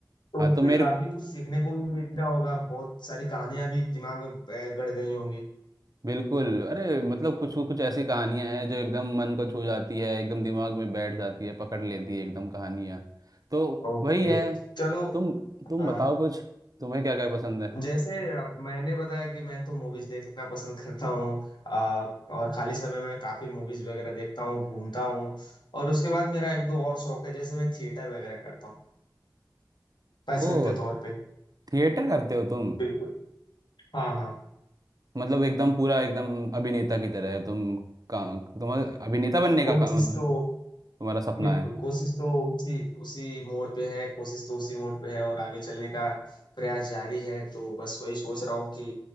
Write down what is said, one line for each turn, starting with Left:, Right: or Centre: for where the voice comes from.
Left: तो
Right: हाँ
Left: उससे
Right: तो मेरे
Left: काफी कुछ सीखने को भी मिला होगा बहुत सारी कहानियां भी दिमाग में अ, गड़ गई होंगी
Right: बिल्कुल अरे मतलब कुछ कुछ ऐसी कहानियां हैं जो एकदम मन को छू जाती है एकदम दिमाग में बैठ जाती है पकड़ लेती है एकदम कहानियां तो
Left: ओके
Right: वही है
Left: चलो
Right: तुम तुम
Left: हाँ
Right: बताओ कुछ तुम्हें क्या क्या पसंद है
Left: जैसे अब मैंने बताया कि मैं तो मूवीज देखना पसंद करता हूँ आ, और खाली समय में काफी मूवीज वगैरह देखता हूँ घूमता हूँ और उसके बाद मेरा एक दो और शौक है जैसे मैं थिएटर वगैरह करता हूँ पैशन
Right: ओ
Left: के तौर पे
Right: थिएटर करते हो तुम
Left: बिल्कुल हाँ हाँ
Right: मतलब एकदम पूरा एकदम अभिनेता की तरह है तुम का तुम्हारा अभिनेता बनने
Left: कोशिश
Right: का, का मतलब
Left: तो
Right: तुम्हारा सपना
Left: बिल्कुल
Right: है
Left: कोशिश तो उसी उसी मोड़ पे है कोशिश तो उसी मोड़ पे है और आगे चलने का प्रयास जारी है तो बस वही सोच रहा हूँ कि